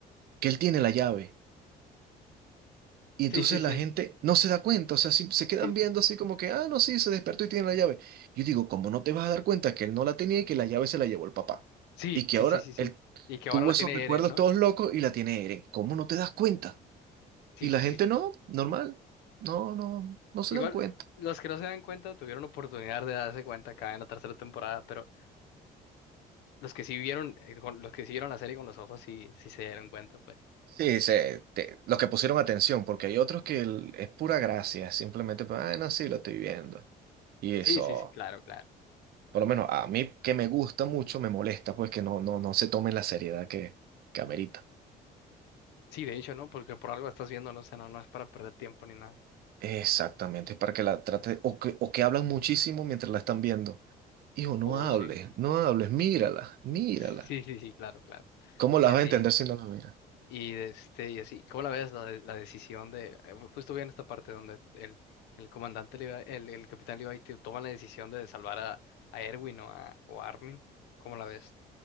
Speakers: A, on the right; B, on the left.
A: que él tiene la llave. Y entonces
B: sí, sí, sí,
A: la gente no se da cuenta, o sea, sí- se quedan
B: sí,
A: viendo así como que, ah, no, sí, se despertó y tiene la llave. Yo digo, ¿cómo no te vas a dar cuenta que él no la tenía y que la llave se la llevó el papá?
B: sí,
A: Y que
B: sí,
A: ahora
B: sí, sí, sí.
A: él
B: Y que
A: tuvo
B: ahora la
A: esos
B: tiene
A: recuerdos
B: Eren, ¿no?
A: todos locos y la tiene Eren. ¿Cómo no te das cuenta?
B: Sí,
A: Y
B: sí,
A: la gente
B: sí, sí.
A: no, normal, no, no, no se
B: Igual,
A: dan cuenta.
B: los que no se dan cuenta tuvieron oportunidad de darse cuenta acá en la tercera temporada, pero los que sí vieron, eh, con- los que sí vieron la serie con los ojos sí, sí se dieron cuenta, pues.
A: Sí, se, te- los que pusieron atención, porque hay otros que el- es pura gracia, simplemente, ah, no, sí, lo estoy viendo. Y eso.
B: Sí, sí, sí, claro, claro.
A: por lo menos a mí que me gusta mucho, me molesta pues que no, no, no se tome la seriedad que, que amerita.
B: Sí, de hecho, ¿no? Porque por algo estás viendo, no sé, no, no es para perder tiempo ni nada.
A: Exactamente, es para que la trate, o que, o que hablan muchísimo mientras la están viendo. Hijo, no
B: O
A: hables,
B: o sí.
A: no hables, mírala, mírala.
B: Sí, sí, sí, claro, claro.
A: ¿Cómo la
B: Y
A: vas
B: así.
A: a entender si no la miras?
B: Y este, y así, ¿cómo la ves la, de- la decisión de, eh, justo vi en esta parte donde el, el comandante Levi- el, el capitán Levi t- toma la decisión de salvar a, a Erwin o a, o a Armin? ¿Cómo la ves?